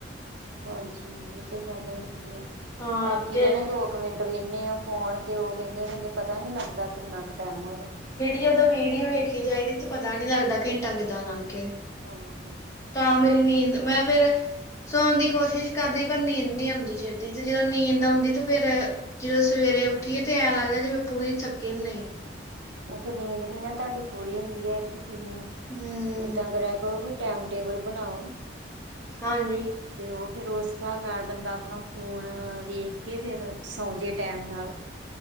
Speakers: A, on the right; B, on the left.
A: ਹਾਂਜੀ, ਇਹ ਤੇ ਗੱਲ ਹੈਗੀ ਆ।
B: ਹਾਂ
A: ਬਾਕੀ
B: ਤੇ
A: ਦੇਣਾ ਦੋ ਕੁ ਮਿੰਟ ਵੇਨਦੇ ਆ ਫੋਨ ਤੇ ਉਹ ਵਹਿੰਦੇ- ਵਹਿੰਦੇ ਪਤਾ ਹੀ ਨੀ ਲੱਗਦਾ ਕਿੰਨਾ ਕੁ ਟਾਈਮ ਹੋ ਜਾਣਾ।
B: ਜਦੋਂ ਵੀਡੀਓ ਵੇਖੀ ਜਾਏਦੀ ਤੇ ਪਤਾ ਨੀਂ ਲੱਗਦਾ ਘੰਟਾ ਕਿੱਦਾਂ ਲੰਘ ਗਇਆ।
A: ਹਾਂਜੀ।
B: ਤਾਂ ਮੇਰੀ ਨੀਂਦ। ਮੈਂ ਫਿਰ ਸੌਣ ਦੀ ਕੋਸ਼ਿਸ਼ ਕਰਦੀ। ਪਰ ਨੀਂਦ ਨੀ ਆਦੀ ਛੇਤੀ ਤੇ ਜਦੋਂ ਨੀਂਦ ਆਉਂਦੀ ਤੇ ਫਿਰ ਜਦੋਂ ਸਵੇਰੇ ਉੱਠੀਏ ਤੇ ਐਂ ਲਗਦਾ ਜਿਵੇਂ ਪੂਰੀ ਥੱਕੀ ਹੁੰਨੇ ਆ।
A: ਉਹ ਫਿਰ ਨੀਂਦ ਨੀ ਨਾ ਤੁਹਾਡੀ ਪੂਰੀ ਹੁੰਦੀ ਹੈਗੀ। ਕਿ ਤੁਸੀਂ,
B: ਹੂੰ।
A: ਏਦਾਂ ਕਰਿਆ ਕਰੋ ਕ ਟਾਈਮ ਟੇਬਲ ਬਣਾਓ।
B: ਹਾਂਜੀ।
A: ਤੇ ਉਹ ਫਿਰ ਉਸ ਹਿਸਾਬ ਨਾਲ ਬੰਦਾ ਆਪਣਾ ਫੋਨ ਵੇਖ ਕੇ ਫਿਰ ਸੌਂ ਜੇ ਟਾਈਮ ਨਾਲ।